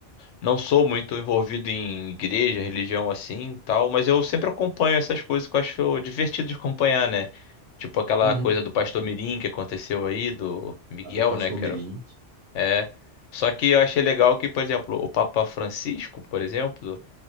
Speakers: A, on the left; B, on the right.
A: Não sou muito envolvido em igreja, religião assim, e tal, mas eu sempre acompanho essas coisas que eu acho divertido de acompanhar, né? Tipo aquela
B: Uhum.
A: coisa do Pastor Mirim que aconteceu aí, do Miguel,
B: A do pastor
A: né, cara?
B: Mirim,
A: É. Só que eu achei legal que, por exemplo, o Papa Francisco, por exemplo,